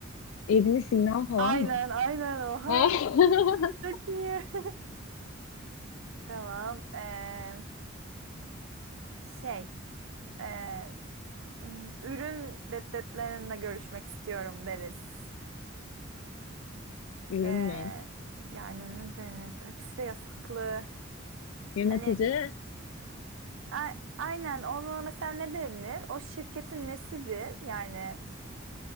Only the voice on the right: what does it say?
aynen
aynen oha
çok iyi <laughs> tamam E, şey e, ürün deddetlerinde görüşmek istiyorum deriz
Ee,
yani ne denir? Hepsi de yasaklı.
Hani a- aynen ona mesela ne denir? O şirketin nesidir? Yani